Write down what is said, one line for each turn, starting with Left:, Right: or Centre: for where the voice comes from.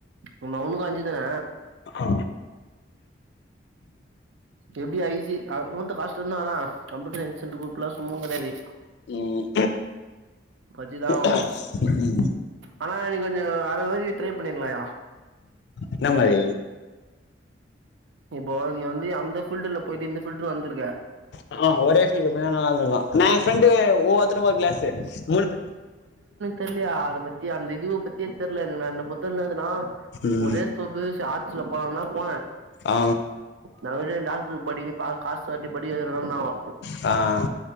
Right: ஆமா உனுக்கு அஞ்சு தான
Left: ஆ
Right: எப்டி ஐ சி அமௌண்ட் காஷ்ட தான கப்யூட்டர் சயன்ஸ் அண்ட் குரூப்லா சும்மா கெடையாது
Left: ம்
Right: படிச்சுதா ஆகணு
Left: ம்
Right: ஆனா நீ கொஞ்சோ வேற மாரி ட்ரை பண்ணிருக்லாயா
Left: என்ன மாரி
Right: இப்போ நீ வந்து அந்த ஃபீல்டுல போயிட்டு இந்த ஃபீல்டுல வந்திருக்க
Left: ஆ ஒரே ஃபீல்டு வேனுனா ஆமா நா எ ஃப்ரெண்டு ஒவ்வொத்தரு ஒரு கிளாஸு மூணு பேர்
Right: தெரியலையா அத பத்தி அந்த இதுவ பத்தியே தெர்ல நா என்ன பொறுத்த வரையுலு எதுனா
Left: ம்
Right: ஒரே சோ பெருசு ஆட்ஸ்ல போலான் தா போனே
Left: ஆ
Right: நாங்க ஏ டாக்டருக்கு படிக்க பா காசு கட்டி படிக்க வக்கிறோனாங்கோ
Left: ஆ